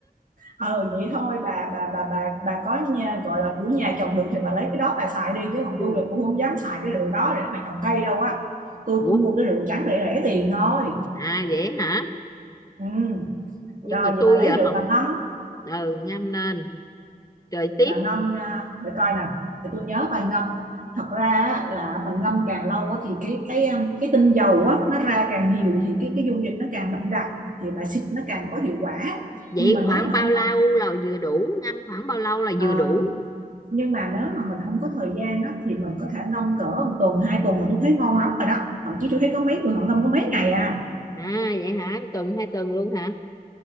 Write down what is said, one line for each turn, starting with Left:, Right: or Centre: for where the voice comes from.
Right: ờ vậy thôi bà bà bà bà bà có nhà, gọi là của nhà trồng được thì bà lấy cái đó bà xài đi chứ còn
Left: <laughs>
Right: tôi là cũng không dám xài cái rượu đó để mà trồng cây đâu á tôi
Left: ủa
Right: chỉ mua cái rượu trắng rẻ rẻ tiền thôi
Left: à vậy hả
Right: ừ.
Left: nhưng
Right: rồi
Left: mà
Right: vậy
Left: tôi
Right: bà lấy
Left: giờ
Right: rượu
Left: không
Right: bà ngâm
Left: ừ ngâm lên trời tiếp
Right: bạn ngâm ra để coi nè để tôi nhớ bài ngâm thật ra là mình ngâm càng lâu thì cái cái um, cái tinh dầu á nó ra càng nhiều thì cái cái dung dịch nó càng đậm đặc thì bài xịt nó càng có hiệu quả
Left: vậy
Right: nhưng mà
Left: khoảng
Right: nếu mà
Left: bao
Right: không
Left: lâu
Right: có
Left: là vừa đủ ngâm khoảng bao lâu là
Right: à,
Left: vừa đủ
Right: nhưng mà nếu mà mình không có thời gian đó thì mình có thể ngâm cỡ một tuần hai tuần là tôi thấy ngon lắm rồi đó thậm chí tôi thấy có mấy người họ ngâm có mấy ngày à
Left: à vậy hả tuần hai tuần luôn hả